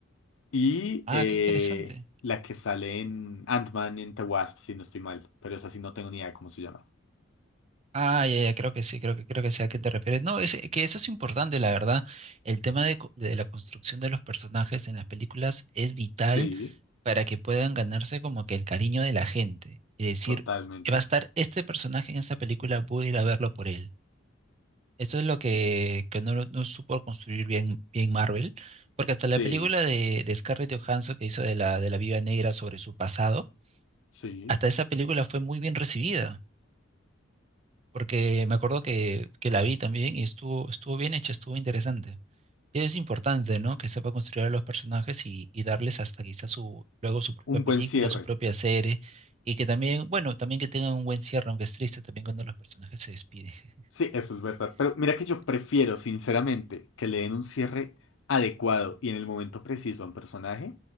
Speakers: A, on the left; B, on the right.
A: Y
B: Ah,
A: eh,
B: qué interesante.
A: la que sale en Ant-Man y en The Wasp, si no estoy mal, pero esa sí no tengo ni idea de cómo se llama.
B: Ah, ya, ya, creo que sí, creo que creo que sé a qué te refieres. No, es que eso es importante, la verdad. El tema de, co- de la construcción de los personajes en las películas es vital
A: Sí,
B: para que puedan ganarse como que el cariño de la gente. Y decir,
A: totalmente.
B: va a estar este personaje en esta película, voy a ir a verlo por él. Eso es lo que, que no, lo- no supo construir bien, bien Marvel, porque hasta la
A: Sí,
B: película de, de Scarlett Johansson que hizo de la, de la Viuda Negra sobre su pasado,
A: sí.
B: hasta esa película fue muy bien recibida porque me acuerdo que, que la vi también y estuvo, estuvo bien hecha, estuvo interesante. Es importante, ¿no? Que sepa construir a los personajes y, y darles hasta quizás su, luego su propia
A: Un
B: película,
A: buen cierre.
B: su propia serie, y que también, bueno, también que tengan un buen cierre, aunque es triste también cuando los personajes se despiden. <laughs>
A: Sí, eso es verdad. Pero mira que yo prefiero, sinceramente, que le den un cierre adecuado y en el momento preciso a un personaje,